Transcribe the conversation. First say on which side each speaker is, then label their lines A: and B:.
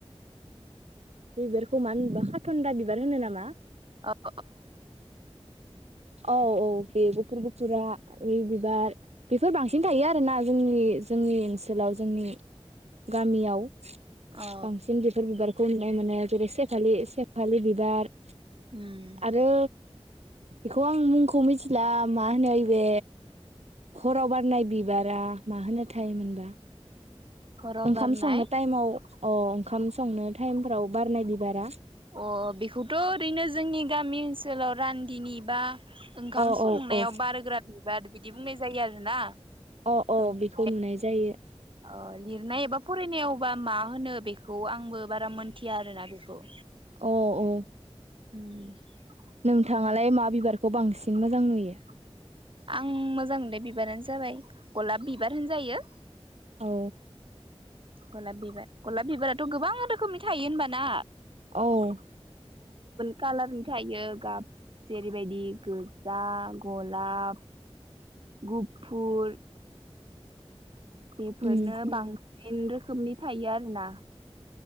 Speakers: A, on the right; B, on the right.
A: बिबारखौ मानो बा होनोबा खाथनदा बिबार होनो नामा
B: ओ
A: औ औ बे गुफुर गुफुरा ओ बिबार बेफोर बांसिन थायो आरोना जोंनि जोंनि ओनसोलाव जोंनि गामियाव
B: औ
A: बांसिन बिफोर बिबार खमनाय मोनो जेरै सेफा सेफालि बिबार
B: उम
A: आरो बेखौ आं मुंखौ मिथिला मा होनो ओइबे हराव बारनाय बि बिबारा माहोनो थायोमोनबा
B: हराव
A: ओंखाम
B: बारनाय
A: संनो टाइमाव अ ओंखाम संनो टाइमफोराव बारनाय बिबारा
B: अ बेखौथ' ओरैनो जोंनि गामि ओनसोलाव रान्दिनि बा ओंखाम
A: अ औ
B: संनायाव
A: औ
B: बारग्रा बिबार बिदि बुंनाय जायो जायो आरोना
A: अ औ
B: ओमफ्राय
A: बेखौ नुनाय जायो
B: अ लिरनाय एबा फरायनायावबा मा होनो बेखौ आंबो बारा मोनथिया आरोना बेखौ
A: औ औ
B: उम
A: नोंथाङालाय मा बिबारखौ बांसिन मोजां नुयो
B: आं मोजां मोनदों बिबारानो जाबाय गलाप बिबार होनजायो
A: औ
B: गलाब बिबार गलाब बिबाराथ' गोबां रोखोमनि थायो होनबा ना
A: औ
B: कालारनि थायो गाब जेरैबायदि गोजा गलाब गुफुर बेफोरनो
A: उम
B: बांसिन सिन रोखोमनि थायो आरो ना